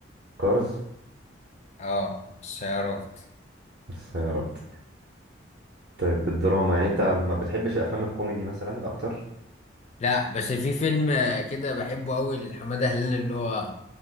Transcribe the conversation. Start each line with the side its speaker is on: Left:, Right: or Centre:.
Right: كارز
Left: اه السيارات
Right: السيارات طيب بالدراما يعني انت ما بتحبش افلام الكوميدي مثلا اكتر
Left: لا بس في فيلم كده بحبه قوي لحماده هلال اللي هو